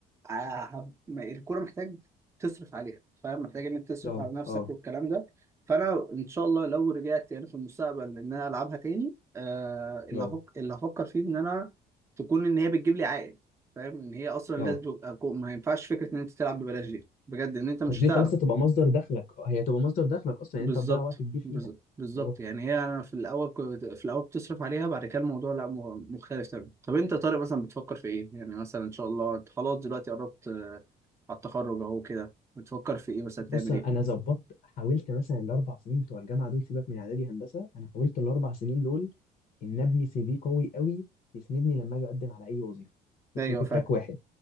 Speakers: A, on the right; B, on the left.
A: آه هب- ما- الكوره محتاج تصرف عليها فاهم محتاج ان انت تصرف
B: اه
A: على نفسك
B: اه
A: والكلام ده فانا ان شاء الله لو رجعت يعني في المستقبل ان انا العبها تاني آه اللي
B: اه
A: هفك اللي هفكر فيه ان انا تكون ان هي بتجيب لي عائد فاهم ان هي اصلا
B: اه
A: لازم تبقى جو- ما ينفعش فكره ان انت تلعب ببلاش دي بجد ان انت مش
B: قصدي
A: هتعرف
B: خلاص هتبقى مصدر دخلك اه، هي هتبقى مصدر دخلك اصلا
A: بالظبط
B: يعني انت تضيع وقت كبير فيها
A: بز- بالظبط
B: اه
A: يعني هي انا في الاول كنت في الاول بتصرف عليها بعد كده الموضوع لا م- مختلف تماما طب انت يا طارق مثلا بتفكر في ايه يعني مثلا ان شاء الله انت خلاص دلوقتي قربت آه، على التخرج اهو كده بتفكر في ايه مثلا تعمل
B: بص انا
A: ايه
B: انا ظبطت حاولت مثلا الاربع سنين بتوع الجامعه دول سيبك من اعدادي هندسه انا حاولت الاربع سنين دول ان ابني سي في قوي قوي يسندني لما اجي اقدم على اي وظيفه
A: ايوه
B: وفي
A: فاهم
B: تراك واحد